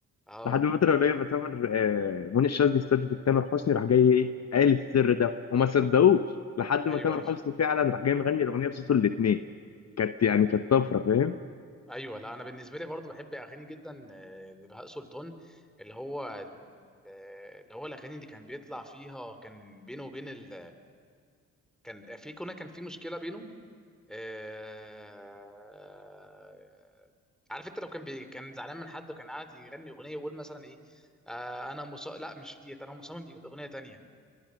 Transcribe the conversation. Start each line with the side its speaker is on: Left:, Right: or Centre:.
Centre: اه
Left: لحد من فتره قريبه تامر آه، منى الشاذلي استضيفت تامر حسني راح جاي ايه قال السر ده وما صدقوش لحد
Centre: ايوه
Left: ما تامر
Centre: ايوه
Left: حسني فعلا راح جاي مغني الاغنيه بصوته الاثنين كانت يعني كانت طفره فاهم
Centre: ايوه لا انا بالنسبه لي برضو بحب اغاني جدا آه، لبهاء سلطان اللي هو ال- آه، اللي هو الاغاني اللي كان بيطلع فيها كان بينه وبين ال... كان في كنا كان في مشكله بينه آه، عارف انت لو كان بي... كان زعلان من حد وكان قاعد يغني اغنيه يقول مثلا ايه آه انا مص... لا مش ديت انا مصمم دي كانت اغنيه تانية